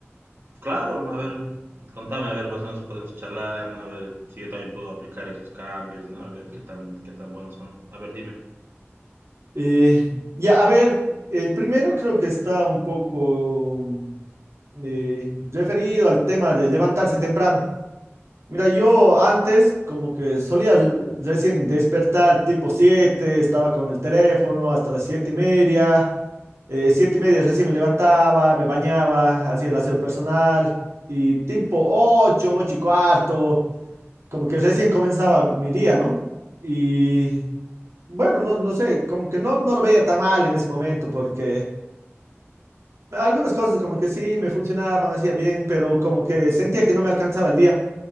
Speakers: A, on the right; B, on the right.
A: claro, a ver, contame, a ver, más o menos podemos charlar, ¿no? A ver si yo también puedo aplicar esos cambios, ¿no? A ver qué tan, qué tan buenos son. A ver, dime.
B: Eh, ya, a ver, el primero creo que está un poco mm, eh, referido al tema de levantarse temprano. Mira, yo antes como que solía r- recién despertar tipo 7, estaba con el teléfono hasta las 7 y media, eh, 7 y media recién me levantaba, me bañaba, hacía el aseo personal y tipo 8, 8 y cuarto, como que recién comenzaba mi día, ¿no? Y bueno, no, no sé, como que no, no lo veía tan mal en ese momento porque algunas cosas como que sí me funcionaban, hacía bien, pero como que sentía que no me alcanzaba el día.